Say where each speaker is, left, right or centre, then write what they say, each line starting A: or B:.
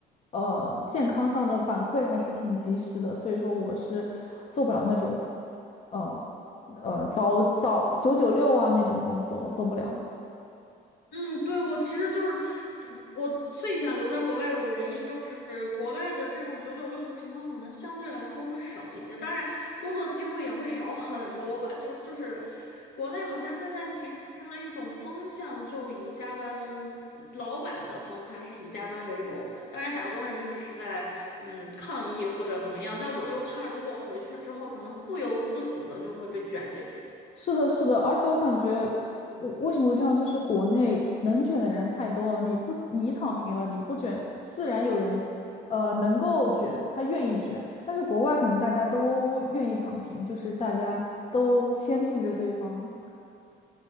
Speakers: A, on the left; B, on the left.
A: 呃，健康上的反馈还是挺及时的，所以说我是做不了那种，呃呃，早早九九六啊那种工作，我做不了。
B: 嗯，对，我其实就是，嗯我最想留在国外有个原因就是，国外的这种九九六的情况可能相对来说会少一些，当然工作机会也会少很多吧。就就是国内好像现在形成了一种风向，就以加班，老板的风向是以加班为荣，当然打工人一直是在嗯抗议或者怎么样，但我就怕如果回去之后，可能不由自主的就会被卷进去。
A: 是的，是的，而且我感觉，我为什么会这样？就是国内能卷的人太多了，你不，你躺平了，你不卷，自然有人，呃，能够卷，他愿意卷。但是国外可能大家都愿意躺平，就是大家都牵制着对方。